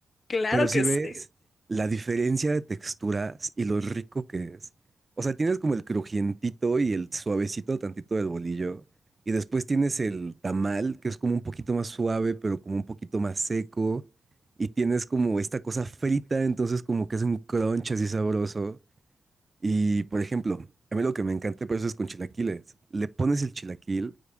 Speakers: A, on the left; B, on the right.
A: Claro
B: Pero si
A: que
B: ves
A: sí.
B: la diferencia de texturas y lo rico que es. O sea, tienes como el crujientito y el suavecito tantito del bolillo. Y después tienes el tamal, que es como un poquito más suave, pero como un poquito más seco. Y tienes como esta cosa frita, entonces como que es un crunch así sabroso. Y por ejemplo, a mí lo que me encanta por eso es con chilaquiles. Le pones el chilaquil